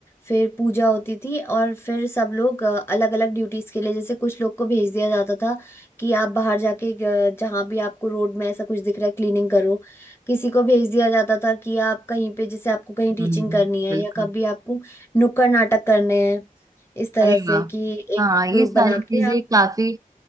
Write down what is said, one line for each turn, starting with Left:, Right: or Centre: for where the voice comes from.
Left: फिर पूजा होती थी और फिर सब लोग अलग अलग ड्यूटीज के लिए जैसे कुछ लोग को भेज दिया जाता था कि आप बाहर जाके अ, जहाँ भी आपको रोड में ऐसा कुछ दिख रहा है क्लीनिंग करो किसी को भेज दिया जाता था कि आप कहीं पे जैसे आपको कहीं टीचिंग
Right: हम्म
Left: करनी है
Right: बिल्कुल
Left: या कभी आपको नुक्कड़ नाटक करने हैं इस तरह
Right: अरे
Left: से
Right: वाह
Left: कि एक
Right: हाँ ये
Left: ग्रुप
Right: सारी
Left: बना
Right: चीजें
Left: के आप
Right: काफी